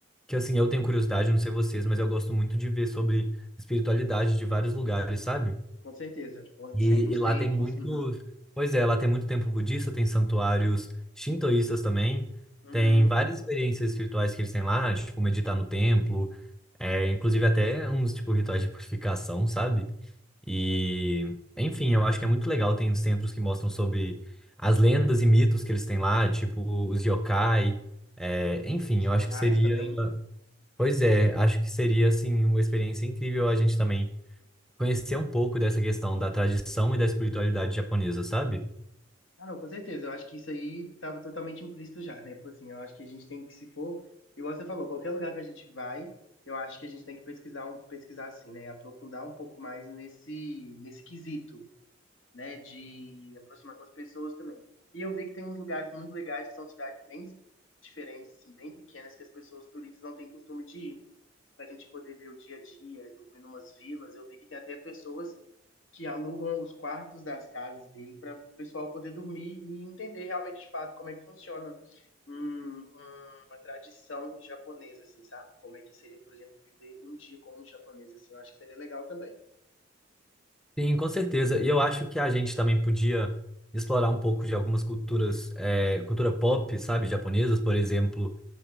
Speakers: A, in the centre; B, on the left.
A: que assim, eu tenho curiosidade, não sei vocês, mas eu gosto muito de ver sobre espiritualidade de vários lugares, sabe?
B: Com certeza. Pô,
A: E,
B: Isso aí nos
A: e lá
B: templos,
A: tem muitos.
B: uhum,
A: Pois é, lá tem muito templo budista, tem santuários shintoístas também,
B: uhum,
A: tem várias experiências espirituais que eles têm lá, tipo meditar no templo, é, inclusive até uns tipo rituais de purificação, sabe? E, enfim, eu acho que é muito legal. Tem os templos que mostram sobre as lendas e mitos que eles têm lá, tipo os yokai. é, enfim,
B: os
A: eu
B: aurais
A: acho que seria.
B: também.
A: Pois é, acho que seria, assim, uma experiência incrível a gente também conhecer um pouco dessa questão da tradição e da espiritualidade japonesa, sabe?
B: Ah, não, com certeza. Eu acho que isso aí estava totalmente implícito já, né? Tipo assim, eu acho que a gente tem que, se for, igual você falou, qualquer lugar que a gente vai, eu acho que a gente tem que pesquisar, um, pesquisar assim, né? Aprofundar um pouco mais nesse, nesse quesito, né? De aproximar com as pessoas também. E eu vi que tem uns lugares muito legais, que são cidades bem diferentes, assim, bem pequenas, que as pessoas turistas não têm costume de ir. para a gente poder ver o dia a dia, dormir em umas vilas. Eu vi que tem até pessoas que alugam os quartos das casas dele para o pessoal poder dormir e entender realmente de fato como é que funciona um- um- uma tradição japonesa, assim, sabe? Como é que seria, por exemplo, viver um dia como um japonês, assim, eu acho que seria legal também.
A: Sim, com certeza. E eu acho que a gente também podia explorar um pouco de algumas culturas, é, cultura pop, sabe, japonesas, por exemplo.